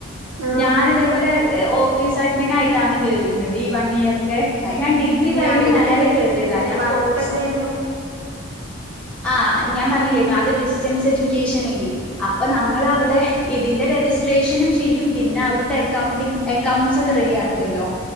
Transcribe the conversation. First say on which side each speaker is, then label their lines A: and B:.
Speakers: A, on the right; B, in the centre.
A: ആഹ്
B: ഞാന്
A: ആഹ്
B: അതെപോലെ ഏഹ് ഓ ഫീസ് അഡ്മിന് ആയിട്ടാന്ന് കേറീനിയത് ഈ വൺ ഇയറിന്റെ അയ് ഞാൻ ഡി ഗ്രി
A: ഏഹ്
B: കഴിഞ്ഞ്
A: അതിനെന്തേ
B: നേരെ കേറിയതാ ഞാൻ
A: വർക്ക്
B: കോഴ്സും
A: എന്തേനു
B: ആഹ് ഞാൻ പറഞ്ഞില്ലേനു അത് ഡിസ്റ്റൻസ് എഡ്യൂക്കേഷനേനി അപ്പ നമ്മള്
A: ആഹ്
B: അവിടെ ഇതിന്റെ രജിസ്ട്രേഷനും ചെയ്യും പിന്നെ അവിട്ത്തെ അക്കൗണ്ടിങ് അക്കൌണ്ട്സ് ഒക്കെ റെഡി ആക്കുല്ലോ.